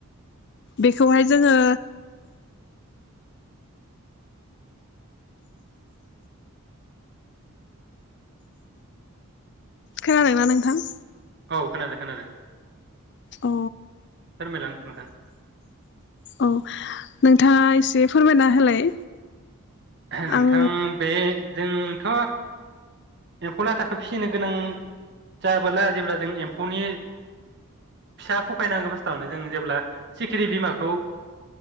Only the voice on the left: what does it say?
बेखौहाय जोङो खोनादोंना नोंथां?
अ
औ नोंथाङा एसे फोरमायना होलाय
आं